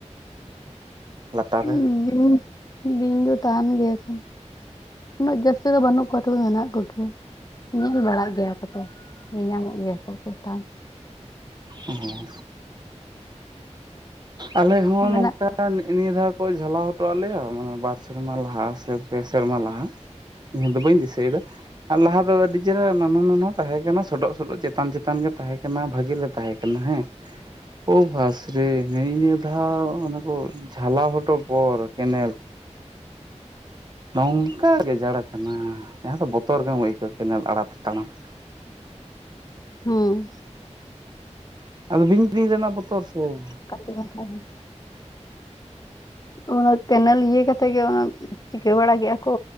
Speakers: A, on the right; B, on the left.
A: ᱞᱟᱛᱟᱨ
B: ᱦᱩᱸ
A: ᱨᱮ
B: ᱵᱤᱧ ᱵᱤᱧ ᱫᱚ ᱛᱟᱦᱮᱱ ᱜᱮᱭᱟ ᱠᱚ, ᱩᱱᱟᱹᱜ ᱡᱟᱹᱥᱛᱤ ᱫᱚ ᱵᱟᱹᱱᱩᱜ ᱠᱚᱣᱟ ᱛᱚᱵᱮ ᱢᱮᱱᱟᱜ ᱠᱚᱜᱮ ᱧᱮᱞ ᱵᱟᱲᱟᱜ ᱜᱮᱭᱟ ᱠᱚ ᱛᱚ ᱧᱮᱧᱟᱢᱚᱜ ᱜᱮᱭᱟ ᱠᱚ ᱠᱚᱴᱟ ᱾
A: ᱦᱩᱸ ᱟᱞᱮ ᱦᱚᱸ
B: ᱢᱮᱱᱟᱜ
A: ᱱᱚᱝᱠᱟ
B: ᱠᱚᱣᱟ
A: ᱱᱤᱭᱟᱹ ᱫᱷᱟᱣ ᱠᱚ ᱡᱷᱟᱞᱟᱣ ᱦᱚᱴᱚᱣᱟᱜ ᱞᱮᱭᱟ, ᱢᱟᱱᱮ ᱵᱟᱨ ᱥᱮᱨᱢᱟ ᱞᱟᱦᱟ ᱥᱮ ᱯᱮ ᱥᱮᱨᱢᱟ ᱞᱟᱦᱟ ᱾ ᱤᱧ ᱫᱚ ᱵᱟᱹᱧ ᱫᱤᱥᱟᱹᱭᱮᱫᱟ ᱟᱨ ᱞᱟᱦᱟ ᱫᱚ ᱟᱹᱰᱤ ᱪᱮᱦᱨᱟ ᱱᱟᱱᱟ ᱱᱟᱱᱟ ᱛᱟᱦᱮᱸ ᱠᱟᱱᱟ ᱥᱚᱰᱚᱜ ᱥᱚᱰᱚᱜ ᱪᱮᱛᱟᱱ ᱪᱮᱛᱟᱱ ᱜᱮ ᱛᱟᱦᱮᱸ ᱠᱟᱱᱟ, ᱵᱷᱟᱜᱮ ᱛᱟᱦᱮᱸ ᱠᱟᱱᱟ ᱦᱮᱸ ᱚᱸ ᱵᱷᱟᱥ ᱨᱮ ᱱᱮᱜ ᱱᱤᱭᱟᱹ ᱫᱷᱟᱣ ᱚᱱᱮ ᱠᱚ ᱡᱷᱟᱞᱟᱣ ᱦᱚᱴᱚ ᱯᱚᱨ ᱠᱮᱱᱮᱞ ᱱᱚᱝᱠᱟ ᱜᱮᱡᱟᱲ ᱠᱟᱱᱟ, ᱡᱟᱦᱟᱸ ᱫᱚ ᱵᱚᱛᱚᱨ ᱜᱮᱢ ᱟᱹᱭᱠᱟᱹᱣᱟ ᱠᱮᱱᱮᱞ ᱟᱲᱟᱛᱮ ᱛᱟᱲᱟᱢ ᱾
B: ᱦᱩᱸ
A: ᱟᱫᱚ ᱵᱤᱧ ᱯᱤᱧ ᱨᱮᱱᱟᱜ ᱵᱚᱛᱚᱨ ᱥᱮ ᱾
B: ᱠᱟᱛᱷᱟ <unintelligible> ᱚᱱᱟ ᱠᱮᱱᱮᱞ ᱤᱭᱟᱹ ᱠᱟᱛᱷᱟ ᱜᱮ ᱚᱱᱟ ᱪᱤᱠᱟᱹ ᱵᱟᱲᱟ ᱠᱮᱫᱟ ᱠᱚ